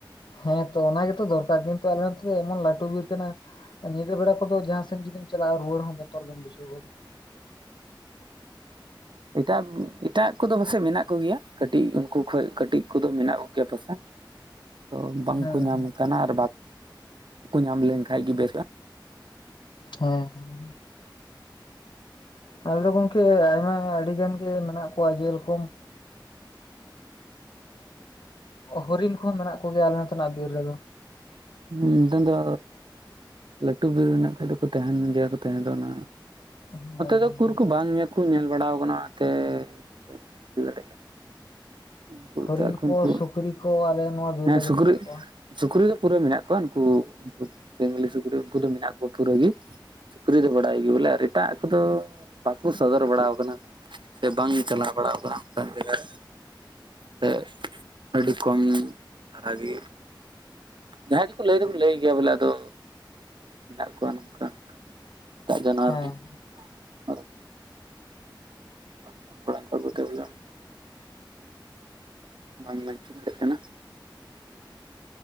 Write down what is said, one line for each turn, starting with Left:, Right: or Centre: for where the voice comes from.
Left: ᱦᱮᱸᱛᱚ ᱚᱱᱟ ᱜᱮᱛᱚ ᱫᱚᱨᱠᱟᱨ, ᱠᱤᱱᱛᱩ ᱟᱞᱮ ᱱᱚᱛᱮ ᱫᱚ ᱮᱢᱚᱱ ᱞᱟᱹᱴᱩ ᱵᱤᱨ ᱠᱟᱱᱟ ᱧᱤᱫᱟᱹ ᱵᱮᱲᱟ ᱠᱚᱫᱚ ᱡᱟᱦᱟᱸ ᱥᱮᱱ ᱡᱩᱫᱤᱢ ᱪᱟᱞᱟᱜᱼᱟ᱾ ᱨᱩᱣᱟᱹᱲ ᱦᱚᱸ ᱵᱚᱛᱚᱨ ᱜᱮᱢ ᱵᱩᱡᱷᱟᱹᱣ ᱜᱚᱫᱟ᱾
Right: ᱮᱴᱟᱜ ᱮᱴᱟᱜ ᱠᱚᱫᱚ ᱯᱟᱥᱮᱜ ᱢᱮᱱᱟᱜ ᱠᱚᱜᱮᱭᱟ, ᱠᱟᱹᱴᱤᱡ ᱩᱱᱠᱩ ᱠᱷᱚᱡ ᱠᱟᱹᱴᱤᱡ ᱩᱱᱠᱩ ᱫᱚ ᱢᱮᱱᱟᱜ ᱠᱚᱜᱮᱭᱟ ᱯᱟᱥᱮᱫ, ᱛᱚ ᱵᱟᱝᱠᱚ
Left: ᱦᱮᱸ
Right: ᱧᱟᱢ
Left: ᱦᱮᱸ
Right: ᱠᱟᱱᱟ ᱠᱟᱱᱟ, ᱟᱨ ᱵᱟ ᱠᱚ ᱧᱟᱢ ᱞᱮᱱᱠᱟᱡ ᱜᱮ ᱵᱮᱥᱚᱜᱼᱟ᱾
Left: ᱦᱮᱸ ᱦᱮᱸ᱾ ᱟᱞᱮ ᱫᱚ ᱜᱚᱝᱠᱮ ᱟᱭᱢᱟ ᱟᱰᱤᱜᱟᱱ ᱜᱮ ᱢᱮᱱᱟᱜ ᱠᱚᱣᱟ, ᱡᱮᱨᱚᱠᱚᱢ ᱮᱸ ᱦᱚᱨᱤᱱ ᱠᱚᱦᱚᱸ ᱢᱮᱱᱟᱜ ᱠᱚᱜᱮᱭᱟ ᱟᱞᱮ ᱱᱚᱛᱮᱱᱟᱜ ᱵᱤᱨ ᱨᱮᱫᱚ᱾
Right: ᱦᱮᱸ ᱱᱤᱛᱚᱝ ᱫᱚ ᱞᱟᱹᱴᱩ ᱵᱤᱨ ᱢᱮᱱᱟᱜ ᱠᱷᱟᱡ ᱫᱚᱠᱚ ᱛᱟᱦᱮᱱ ᱜᱮᱭᱟ ᱠᱚ ᱛᱟᱦᱮᱸ ᱫᱚ ᱚᱱᱟ᱾
Left: ᱦᱮᱸ
Right: ᱱᱚᱛᱮ ᱫᱚ ᱠᱩᱨ ᱠᱚ ᱵᱟᱝ ᱠᱩ ᱧᱮᱞ ᱵᱟᱲᱟᱣ ᱠᱟᱱᱟ᱾ ᱱᱚᱛᱮ ᱵᱟᱹᱧ ᱫᱟᱲᱮᱜ ᱠᱟᱱᱟ᱾ ᱩᱱᱠᱩ
Left: ᱦᱚᱨᱤᱱ
Right: ᱮᱴᱟᱜ ᱠᱷᱚᱱ
Left: ᱠᱚ
Right: ᱩᱱᱠᱩ
Left: ᱥᱩᱠᱨᱤ ᱠᱚ ᱟᱞᱮ ᱱᱚᱣᱟ ᱵᱤᱨ
Right: ᱦᱮᱸ
Left: ᱨᱮᱫᱚ
Right: ᱥᱩᱠᱨᱤ
Left: ᱢᱮᱱᱟᱜ ᱠᱚᱣᱟ
Right: ᱥᱩᱠᱨᱤ ᱯᱩᱨᱟᱹ ᱢᱮᱱᱟᱜ ᱠᱚᱣᱟ ᱩᱱᱠᱩ ᱡᱟᱝᱞᱤ ᱥᱩᱠᱨᱤ, ᱩᱱᱠᱩ ᱫᱚ ᱢᱮᱱᱟᱜ ᱠᱚᱣᱟ ᱯᱩᱨᱟᱹ ᱜᱤ᱾ ᱥᱩᱠᱨᱤ ᱫᱚ ᱵᱟᱲᱟᱭ ᱜᱮ ᱵᱚᱞᱮ ᱟᱨ ᱮᱴᱟᱜ ᱠᱚᱫᱚ ᱵᱟᱠᱚ ᱥᱚᱫᱚᱨ ᱵᱟᱲᱟᱣ ᱠᱟᱱᱟ᱾ ᱥᱮ ᱵᱟᱝ ᱪᱟᱞᱟᱣ ᱵᱟᱲᱟ ᱟᱠᱟᱱᱟ ᱚᱱᱠᱟᱱ ᱡᱟᱭᱜᱟ ᱨᱮ᱾ ᱥᱮ ᱟᱹᱰᱤ ᱠᱚᱢ ᱫᱷᱟᱨᱟ ᱜᱤ᱾ ᱡᱟᱦᱟᱸᱭ ᱫᱚᱠᱚ ᱞᱟᱹᱭ ᱫᱚᱠᱚ ᱞᱟᱹᱭ ᱜᱮᱭᱟ ᱵᱚᱞᱮ ᱟᱫᱚ ᱢᱮᱱᱟᱜ ᱠᱚᱣᱟ ᱱᱚᱝᱠᱟ <inaudible> ᱮᱴᱟᱜ ᱡᱟᱱᱣᱟᱨ
Left: ᱦᱮᱸ
Right: ᱦᱚᱸ᱾ ᱟᱫᱚ <unintelligible> ᱵᱟᱢ ᱵᱟᱧᱪᱟ ᱫᱟᱲᱮᱭᱟᱜ ᱠᱟᱱᱟ᱾